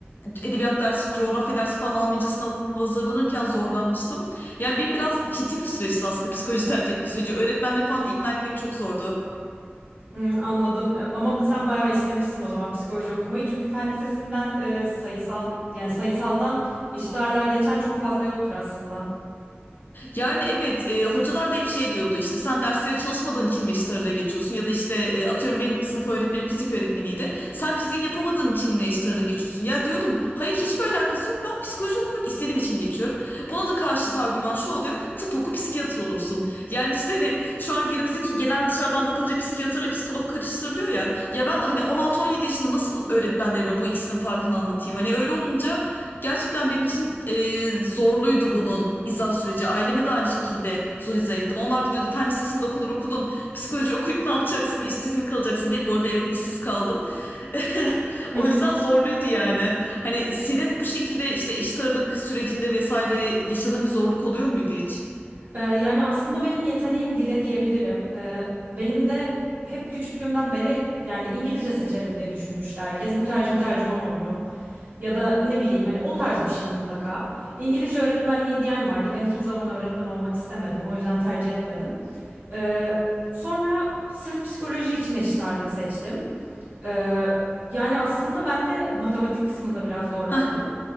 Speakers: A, on the left; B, on the right.
A: edebiyat dersi, coğrafya dersi falan almayınca sınava hazırlanırken zorlanmıştım. Yani benim biraz çetin bir süreçti aslında psikoloji tercih etme süreci. Öğretmenleri falan da ikna etmek çok zordu.
B: Hmm, anladım. E, Ama sen bayağı istemişsin o zaman psikoloji okumayı. Çünkü fen lisesinden e, sayısal yani sayısaldan eşit ağırlığa geçen çok fazla yoktur aslında.
A: Yani evet e, hocalar da hep şey diyordu işte sen derslere çalışmadığın için Magister'la geçiyorsun ya da işte e, atıyorum benim sınıf öğretmenim fizik öğretmeniydi. Sen fiziği yapamadığın için Magister'la geçiyorsun. Ya diyordum hayır hiçbir alakası yok ben psikoloji okumak istediğim için geçiyorum. Buna da karşıt argüman şu oluyor tıp oku psikiyatr olursun. Yani işte hani şu an günümüzdeki genel dışarıdan bakınca psikiyatrla psikolog karıştırılıyor ya. Ya ben hani 16-17 yaşında nasıl öğretmenlerime bu ikisinin farkını anlatayım? Hani öyle olunca Gerçekten benim için e, zorluydu bunun izah süreci. Aileme de aynı şekilde zor izah ettim. Onlar da diyordu fen lisesinde okudun okudun. Psikoloji okuyup ne yapacaksın? İşsiz mi kalacaksın diye. Bu arada evet işsiz kaldım. <laughs>
B: <laughs>
A: O yüzden zorluydu yani. Hani senin bu şekilde işte eşit ağırlık sürecinde vesaire yaşadığın bir zorluk oluyor muydu hiç?
B: Ee, Yani aslında benim yeteneğim dile diyebilirim. Ee, Benim de hep küçüklüğümden beri yani İngilizce seçerim diye düşünmüştü herkes. Mütercim tercüman olurum. Ya da ne bileyim hani o tarz bir şey mutlaka. İngilizce öğretmenliği diyen vardı. Ben hiçbir zaman öğretmen olmak istemedim. O yüzden tercih etmedim. Ee, Sonra sırf psikoloji için eşit ağırlık seçtim. Ee, yani aslında ben de matematik kısmında biraz zorlandım.
A: Hah,